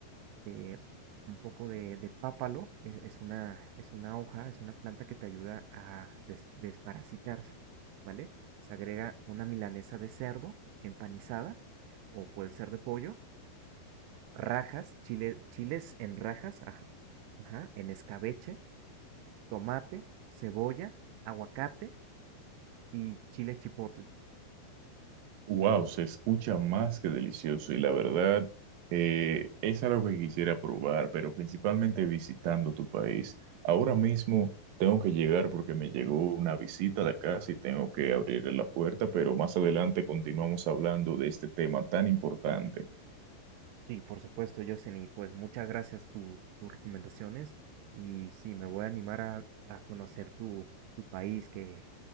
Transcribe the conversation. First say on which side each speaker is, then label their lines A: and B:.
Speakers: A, on the right (about 85°); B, on the right (about 70°).
A: eh, un poco de, de pápalo, es, es una, es una hoja, es una planta que te ayuda a des- desparasitarse, ¿vale? Se agrega una milanesa de cerdo empanizada o puede ser de pollo, rajas, chile, chiles en rajas, ajá, ajá, en escabeche, tomate, cebolla, aguacate y chile chipotle.
B: Wow, se escucha más que delicioso y la verdad eh, es algo que quisiera probar, pero principalmente visitando tu país. Ahora mismo tengo que llegar porque me llegó una visita a la casa y tengo que abrirle la puerta, pero más adelante continuamos hablando de este tema tan importante.
A: Sí, por supuesto, Justin, y pues muchas gracias por tus recomendaciones. Y sí, me voy a animar a, a conocer tu, tu país que,